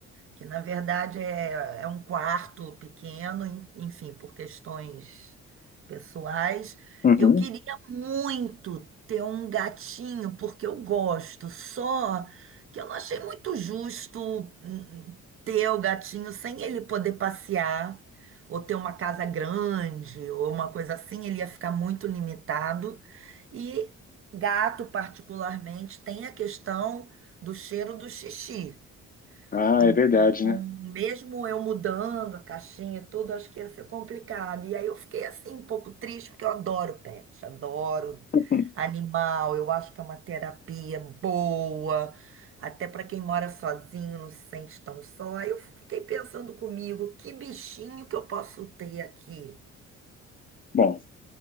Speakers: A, on the right; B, on the left.
A: que na verdade é, é um quarto pequeno, en- enfim, por questões pessoais.
B: Uhum.
A: E eu queria muito ter um gatinho, porque eu gosto, só que eu não achei muito justo hum, ter o gatinho sem ele poder passear. Ou ter uma casa grande, ou uma coisa assim, ele ia ficar muito limitado. E gato, particularmente, tem a questão do cheiro do xixi.
B: Ah,
A: Então,
B: é verdade, né?
A: mesmo eu mudando a caixinha, e tudo, acho que ia ser complicado. E aí eu fiquei assim, um pouco triste, porque eu adoro pet, adoro
B: <laughs>
A: animal, eu acho que é uma terapia boa, até para quem mora sozinho, não se sente tão só. Aí eu fiquei pensando comigo, que bichinho que eu posso ter aqui?
B: Bom,